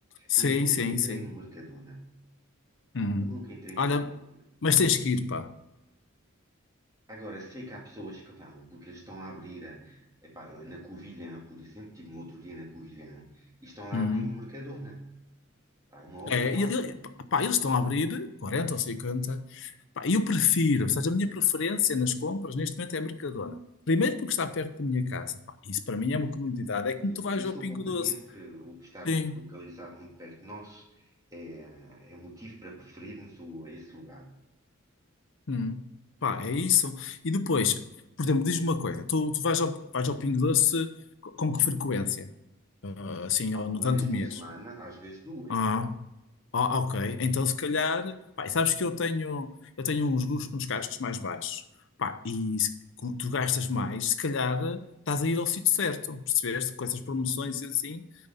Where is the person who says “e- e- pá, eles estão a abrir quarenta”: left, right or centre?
Left